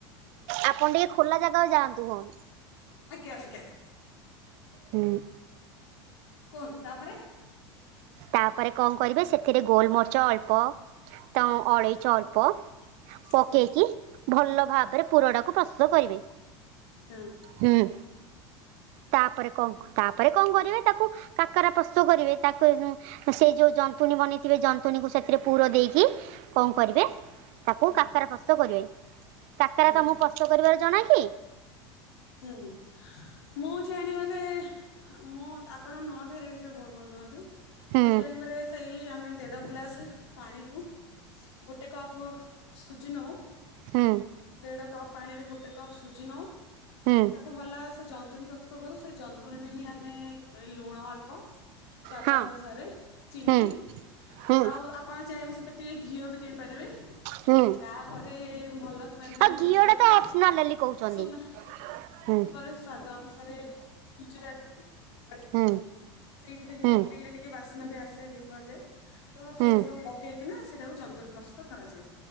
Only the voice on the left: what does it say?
ଆଜ୍ଞା ଆଜ୍ଞା
କୁହନ୍ତିୁ ତାପରେ
ହୁଁ
ହୁଁ
ହୁଁ
ହଁ
ହୁଁ
ହୁଁ
ହୁଁ ମୁଁ ଜାଣିବାରେ ମୁଁ ଆପଣ ନୂଆ ଭେରାଇଟି ରେ ବନଉଛନ୍ତି
ମୁଁ ଯେ ଜଣିବାରେ ସେଇ ଆମେ ଦେଢ ଗ୍ଲାସ ପାଣି କୁ ଗୋଟେ କପ୍ ସୁଜି ନଉ
ଦେଢ କପ୍ ପାଣି ରେ ଗୋଟେ କପ୍ ସୁଜି ନଉ
ତାକୁ ଭଲ ସେ ଜନ୍ତୁଣୀ ପ୍ରସ୍ତୁତ କରୁ ଜନ୍ତୁ ଣୀରେ ହିଁ ଆମେ ଲୁଣ ଅଳ୍ପ ସ୍ୱାଦ
ଅନୁସାରେ ଚିନି
ଆଉ ଆପଣ ଚାହିଁବେ ସେତେ ଟିକେ ଘିଅ ବି ଦେଇପାରିବେ
ତାପରେ ଭଲ ସେମ୍ଲେ
ଗୁଜୁରାତି
ସୁନା
ସ୍ୱାଦ ଅନୁସାରେ ଗୁଜୁରାତି ଅଳେଇଚ
ସେଇଥିରେ
ପକେଇଲେ ଟିକେ ବାସ୍ନା ବି ଆସେ ବୋଲି କୁହାଯାଏ ତ ସେଇ
ସବୁ ପକେଇକିନା ସେଇଟାକୁ ଜନ୍ତୁଣୀ ପ୍ରସ୍ତୁତ କରାଯାଏ